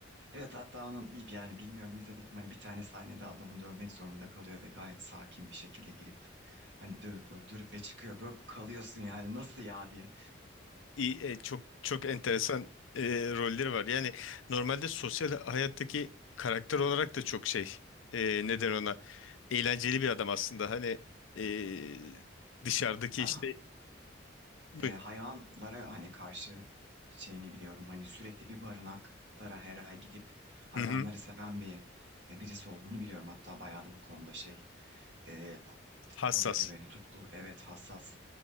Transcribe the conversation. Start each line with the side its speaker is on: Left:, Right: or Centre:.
Right: Evet hatta onun bir yani bilmiyorum izledim mi, hani bir tane sahnede adamı dövmek zorunda kalıyor ve gayet sakin bir şekilde girip hani dövüp öldürüp ve çıkıyor. Böyle kalıyorsun yani nasıl ya diye.
Left: iyi, e, çok çok enteresan e, rolleri var. Yani normalde sosyal hayattaki karakter olarak da çok şey e, neden ona eğlenceli bir adam aslında. Hani e, dışarıdaki
Right: Ben
Left: işte bu
Right: e, hayvanlara hani karşı şeyini biliyorum. Hani sürekli bir barınaklara her ay gidip hayvanları
Left: hı hı,
Right: seven bir e, birisi olduğunu biliyorum. Hatta bayağı da bu konuda şey e, ko-
Left: hassas.
Right: koruyucu ve tutkulu evet hassas.